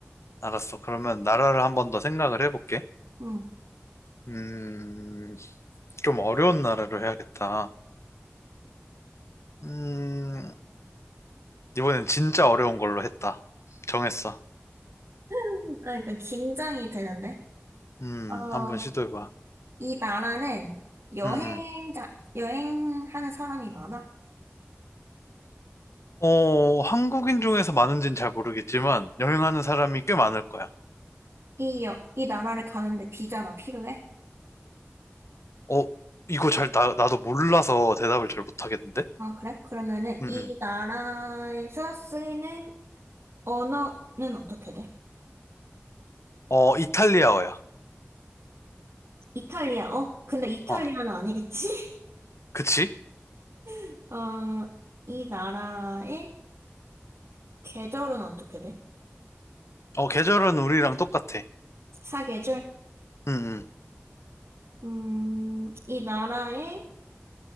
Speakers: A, on the left; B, on the right.
A: 알았어. 그러면 나라를 한 번 더 생각을 해볼게.
B: 응.
A: 음, 좀 어려운 나라로 해야겠다. 음, 이번엔 진짜 어려운 걸로 했다. 정했어.
B: 아, 그러니까 긴장이 되는데.
A: 음,
B: 어,
A: 한번 시도해봐.
B: 이 나라는 여행자
A: 음, 음.
B: 여행하는 사람이 많아?
A: 어, 한국인 중에서 많은지는 잘 모르겠지만, 여행하는 사람이 꽤 많을 거야.
B: 이, 여- 이 나라를 가는데 비자가 필요해?
A: 어, 이거 잘, 나, 나도 몰라서 대답을 잘 못하겠는데?
B: 아, 그래? 그러면은
A: 음,
B: 이
A: 음.
B: 나라에서 쓰이는 언어는 어떻게 돼?
A: 어, 이탈리아어야.
B: 이탈리아, 어? 근데 이탈리아는
A: 어,
B: 아니겠지?
A: 그치?
B: <laughs> 어, 이 나라의 계절은 어떻게 돼?
A: 어, 계절은 우리랑 똑같아.
B: 사계절?
A: 음, 음.
B: 음, 이 나라의,